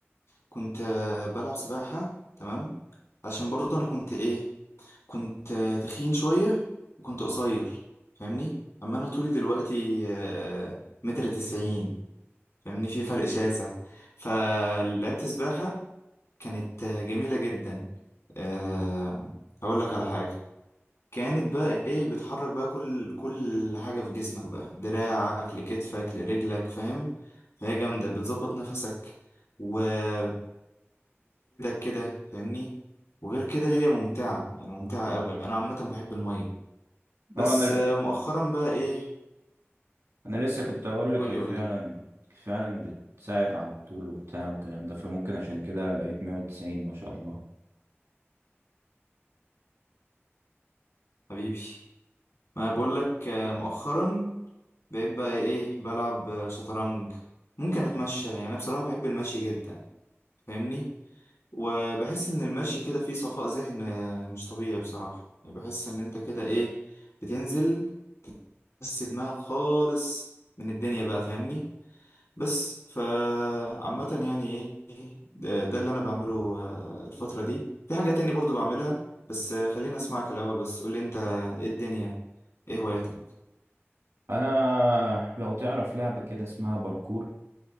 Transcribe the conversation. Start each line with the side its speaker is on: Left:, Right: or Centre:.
Left: كنت آه، بلعب سباحة تمام عشان برضه أنا كنت إيه كنت آه، تخين شوية وكنت قصير فاهمني أما أنا طولي دلوقتي آه، متر تسعين فاهمني في فرق شاسع فلعبت سباحة كانت آه، جميلة جدا آه، هقول لك على حاجة كانت بقى ايه بتحرك بقى كل كل حاجة في جسمك بقى دراعك لكتفك لرجلك فاهم فهي جامدة بتظبط نفسك وبتفردك كده فاهمني وغير كده هي ممتعة يعني ممتعة أوي أنا عامة بحب المية بس
Right: اه انا
Left: آه، مؤخرا بقى ايه
Right: انا لسه كنت اقول لك
Left: قولي
Right: هي
Left: قولي
Right: فعلا فعلا بتساعد على الطول وبتاع والكلام ده فممكن عشان كده بقيت 190 ما شاء الله
Left: حبيبي ما بقولك آه، مؤخرا بقيت بقى ايه بلعب آه، شطرنج ممكن أتمشى يعني بصراحة بحب المشي جدا فاهمني وبحس ان المشي كده فيه صفاء ذهن آه، مش طبيعي بصراحة يعني بحس ان انت كده ايه بتنزل بس دماغك خالص من الدنيا بقى فاهمني بس فعامة يعني ايه ده, ده اللي انا بعمله آه، الفترة دي في حاجة تاني برضو بعملها بس آه، خليني اسمعك الاول بس قولي انت ايه الدنيا ايه هواياتك
Right: انا لو تعرف لعبة كده اسمها باركور